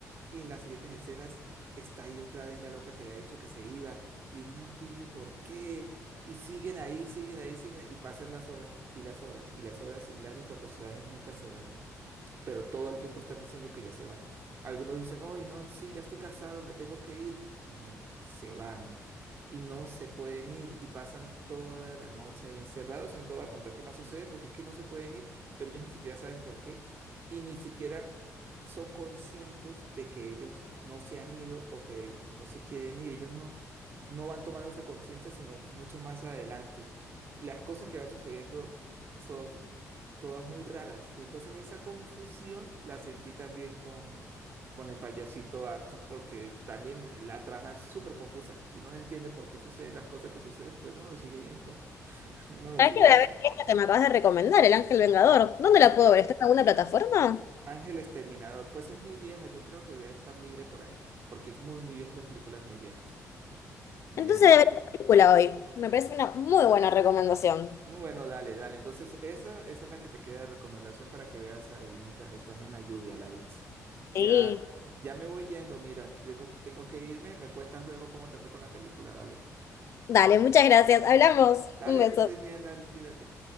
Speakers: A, on the right; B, on the left.
A: Y en las siguientes escenas está ahí otra vez la loca que había dicho que se iba y uno no entiende por qué. Y siguen ahí, siguen ahí, siguen ahí. Y pasan las horas y las horas y las horas y Laris, los personajes nunca se van pero todo el tiempo están diciendo que ya se van. Algunos dicen, hoy no, sí, ya estoy cansado, me tengo que ir. Y no, se van. Y no se pueden ir y pasan toda la noche ahí encerrados. Y no te voy a contar qué más sucede porque es que no se pueden ir, pero ellos ni siquiera saben por qué y ni siquiera son conscientes de que ellos no se han ido o que no se quieren ir. Ellos no no van tomando esa conciencia, sino mucho más adelante. Las cosas que van sucediendo son todas muy raras. Y entonces esa confusión la sentí también con, con el payasito Archer, porque también la trama es súper confusa y uno no entiende por qué suceden las cosas que suceden, pero uno lo sigue viendo. <laughs> No lo
B: ¿Sabés
A: sigue
B: que voy
A: viendo.
B: a ver esta que me acabas de recomendar, El Ángel Vengador? ¿Dónde la
A: Eh,
B: puedo ver? ¿Está en alguna plataforma?
A: Ángel Exterminador, pues es muy vieja, yo creo que debe estar libre por ahí, porque es muy, muy vieja, esas películas muy viejas. Eh,
B: Entonces voy a ver esta película hoy. Me parece una muy buena recomendación.
A: Mm, Bueno, dale, dale. Entonces, esa, esa es la que te queda de recomendación para que veas ahí mientras estás en la lluvia, Laritz.
B: Sí.
A: Ya, ya me voy yendo, mira, tengo, tengo que irme. Me cuentas luego cómo te fue con la película, ¿vale?
B: Dale, muchas gracias. Hablamos.
A: Dale,
B: Un beso.
A: que estés bien, Laritz, cuídate.